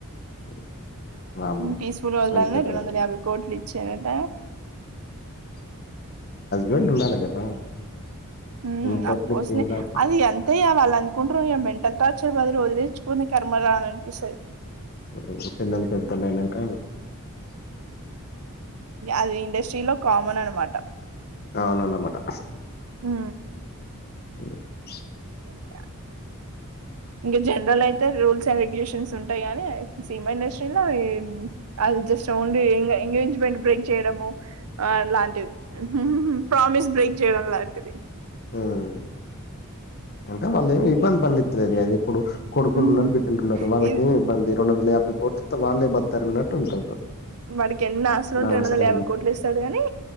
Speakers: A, on the left (about 45°); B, on the right (about 75°).
A: <inaudible> వామ్మో
B: తీసుఫుల్ వదలాల
A: అంతట
B: రెండు
A: అయిపోయింది
B: వందల యాభై కోట్లు ఇచ్చేయినట.
A: రెండు ఉండాలే కదా.
B: ఉమ్
A: ఎన్ని డబ్బులు
B: అప్పస్లే
A: ఇస్తే ఏం లాభం
B: అది ఎంతయ్యవ అళ అందకుంట్రు ఇ మెంటల్ టార్చర్ బదులు తెర్చుకుని కర్మ కాదు అనిపిస్తాది.
A: ఆ పిల్లలు పెద్దోళ్ళు అయినంక.
B: అది ఇండస్ట్రీలో. కామన్ అనమాట.
A: అవునన్నామాట.
B: ఆ
A: <inaudible>
B: <inaudible> ఇంగా జనరల్ యితే రూల్స్ రెగ్యులేషన్స్ ఉంటాయి. కానీ సినిమా ఇండస్ట్రీలో అది జస్ట్ ఓన్లీ ఎంగేజ్మెంట్ బ్రేక్ చేయడము. ఆ లాంటిది ప్రామిస్ బ్రేక్ చేయడం లాంటిది.
A: ఉమ్ అంటే వాళ్ళ ఏమి ఇబ్బంది పడనిత్తలేరు అది ఇప్పుడు కొడుకులు
B: ఉమ్
A: ఉన్నారు బిడ్డలు ఉన్నారు. వాళ్ళకి
B: ఇది
A: ఇబ్బంది రెండు వందల యా కోట్టి ఇతే వాళ్ళే బతారు అన్నట్టు ఉంటారు.
B: వాడికి ఎన్ని ఆస్తులు ఉంటె
A: దాని
B: రెండు
A: అవసరం
B: వందల
A: ఏముంది
B: యాభై కోట్లు ఇస్తాడు గానీ